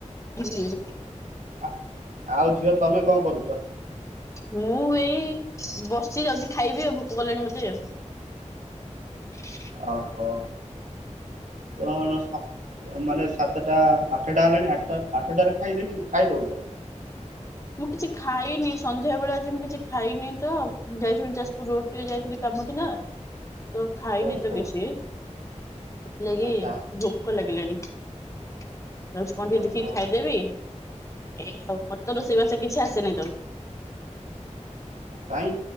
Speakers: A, on the left; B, on the right.
A: ହୁଁ।
B: ଆ ଆଉ ଝିଅ ତମେ କଣ କରୁଛ?
A: ମୁଁ ଏଇ ବସିଚି ଯାଉଛି ଖାଇବି ଆଉ ଭୋକ କଲାଣି ମୋତେ-ଏ। ହୁଁ
B: ଓହୋ କଣ ସ ଅ ମାନେ ସାତଟା ଆଠଟା ହେଲାଣି ଆଠଟ୍ ଆଠଟାରେ ଖାଇଦେଇ ଖାଇଦଉଛ?
A: ମୁଁ କିଛି ଖାଇନି ସନ୍ଧ୍ୟା ବେଳେ ଆଜି ମୁଁ କିଛି ଖାଇନି ତ ଯାଇଥିଲି ଯାଜପୁର ରୋଡ ଟିକେ ଯାଇଥିଲି କାମ ଥିଲା। ତ ଖାଇନି
B: ଓହୋ
A: ତ କିଛି ସେଥିଲାଗି
B: ଆଚ୍ଛା
A: ଭ୍ ଭୋକ ଲାଗିଲାଣି ଯାଉଛି କଣ ଟିକେ
B: ଓହୋ
A: ଦେଖିକି ଖାଇଦେବି ଏୟା ଆଉ ପ ତ ରୋଷେଇବାସ କିଛି ଆସେନି ତ।
B: କାଇଁ?